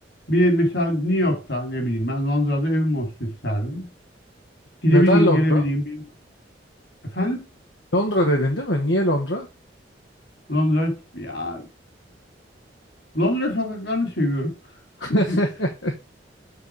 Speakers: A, on the left; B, on the left.
A: Bir de mesela New York'ta ne bileyim ben Londra'da evim olsun isterdim. Gidebileyim,
B: Neden Londra?
A: gelebileyim. bilmem. Efendim?
B: Londra dedin değil mi? Niye Londra?
A: Londra, ya Londra sokaklarını seviyorum.
B: <laughs>
A: <laughs>